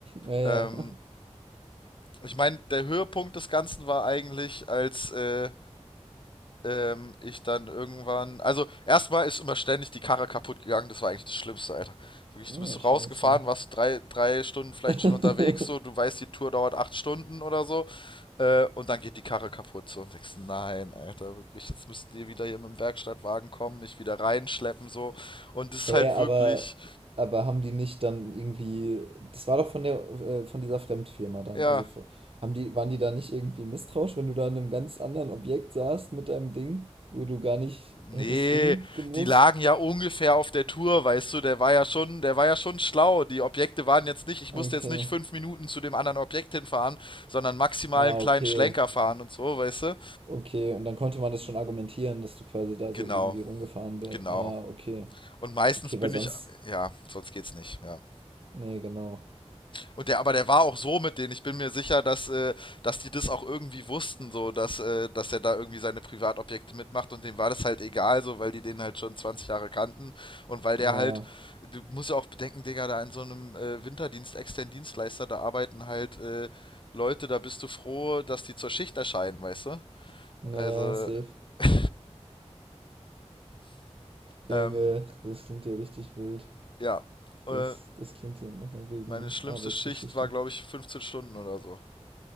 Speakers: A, on the right; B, on the left.
A: Ja, ja.
B: Ähm,
A: <laughs>
B: ich meine, der Höhepunkt des Ganzen war eigentlich, als äh, ähm, ich dann irgendwann. Also, erstmal ist immer ständig die Karre kaputt gegangen. Das war eigentlich das Schlimmste, Alter. Wirklich,
A: Oh,
B: du bist so
A: scheiße.
B: rausgefahren, warst so drei, drei Stunden vielleicht
A: <laughs>
B: schon unterwegs. So, du weißt, die Tour dauert acht Stunden oder so. Äh, und dann geht die Karre kaputt. So, und denkst, nein, Alter, wirklich, jetzt müssten die wieder hier mit dem Werkstattwagen kommen, mich wieder reinschleppen. So, und das
A: Hä,
B: ist halt
A: aber,
B: wirklich,
A: aber haben die nicht dann irgendwie, das war doch von der, äh, von dieser Fremdfirma dann,
B: ja,
A: also f- haben die, waren die da nicht irgendwie misstrauisch, wenn du da in einem ganz anderen Objekt saßt mit deinem Ding, wo du gar nicht hättest
B: Nee,
A: hingemusst?
B: die lagen ja ungefähr auf der Tour, weißt du, der war ja schon, der war ja schon schlau. Die Objekte waren jetzt nicht, ich musste
A: Okay.
B: jetzt nicht fünf Minuten zu dem anderen Objekt hinfahren, sondern maximal
A: Ah,
B: einen kleinen
A: okay.
B: Schlenker fahren und so, weißt du?
A: Okay, und dann konnte man das schon argumentieren, dass du quasi da
B: Genau,
A: so irgendwie rumgefahren bist.
B: genau.
A: Ah, okay.
B: Und meistens
A: Okay,
B: bin
A: weil sonst,
B: ich, ja, sonst geht's nicht, ja.
A: nee, genau.
B: Und der, aber der war auch so mit denen. Ich bin mir sicher, dass, äh, dass die das auch irgendwie wussten, so, dass, äh, dass er da irgendwie seine Privatobjekte mitmacht und dem war das halt egal, so, weil die den halt schon 20 Jahre kannten und weil der
A: Ja,
B: halt, du musst ja auch bedenken, Digga, da in so einem äh, Winterdienst, externen Dienstleister, da arbeiten halt äh, Leute, da bist du froh, dass die zur Schicht erscheinen, weißt du?
A: naja,
B: Also,
A: safe.
B: <laughs> ähm,
A: Junge, das klingt ja richtig wild.
B: ja,
A: Das,
B: äh,
A: das klingt ja nach einer wilden
B: meine schlimmste
A: Arbeitsgeschichte.
B: Schicht war, glaube ich, 15 Stunden oder so.